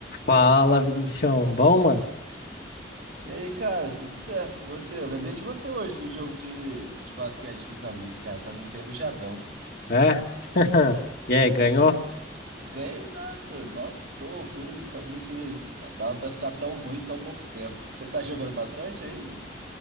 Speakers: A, on the left (about 55°); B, on the right (about 85°).
A: Fala, Vinicião. Bom, mano?
B: E aí, cara, tudo certo com você? Eu lembrei de você hoje no jogo de, de basquete com os amigos, cara. Tava enferrujadão.
A: É? <laughs> E aí, ganhou?
B: Ganhei nada. Nossa, tô ruim. Não sabia que dava pra ficar tão ruim em tão pouco tempo. <laughs> Você tá jogando bastante ainda?